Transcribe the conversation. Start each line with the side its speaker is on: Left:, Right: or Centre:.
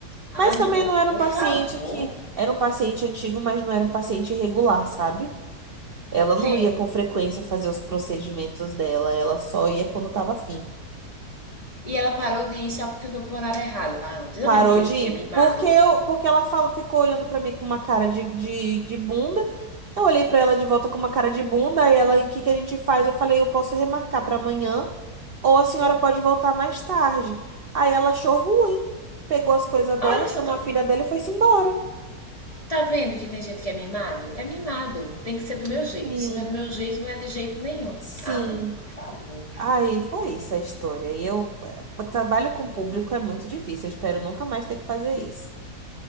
Left: Ah,
Right: Mas
Left: não.
Right: também não era
Left: Por
Right: um paciente
Left: favor.
Right: que era um paciente antigo, mas não era um paciente regular, sabe? Ela
Left: Sim.
Right: não ia com frequência fazer os procedimentos dela, ela só ia quando tava afim.
Left: E ela parou de ir só porque foi pro horário errado. Ah, não. Você
Right: Parou
Left: tá vendo que tem
Right: de
Left: gente
Right: ir.
Left: que é mimado?
Right: Porque eu, porque ela falou, ficou olhando pra mim com uma cara de, de, de bunda. Eu olhei pra ela de volta com uma cara de bunda, aí ela, o que que a gente faz? Eu falei, eu posso remarcar pra amanhã, ou a senhora pode voltar mais tarde. Aí ela achou ruim. Pegou as coisas dela,
Left: Olha
Right: chamou
Left: só, tá,
Right: a filha dela e foi-se embora.
Left: tá vendo que tem gente que é mimado? É mimado. Tem que ser do meu jeito.
Right: Sim,
Left: Se não é do meu jeito, não é de jeito nenhum.
Right: sim.
Left: Ah, não. Por favor.
Right: Aí foi isso a história. E eu, eh, trabalho com público é muito difícil. Eu espero nunca mais ter que fazer isso.